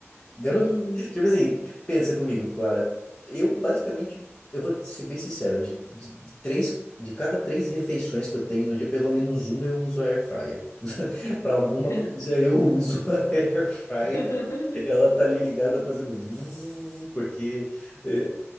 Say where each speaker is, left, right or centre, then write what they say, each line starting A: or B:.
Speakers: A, on the left; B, on the left.
A: Garoto,
B: Sim.
A: <laughs> tipo assim, pensa comigo, Clara. Eu basicamente, eu vou ser bem sincero, de, de, de três, de cada três refeições que eu tenho no dia, pelo menos uma eu uso a air fryer. <laughs> Para alguma
B: <laughs>
A: coisa eu uso a <laughs> air fryer
B: <laughs>
A: ela tá ali ligada
B: Sim.
A: fazendo vuv, porque é,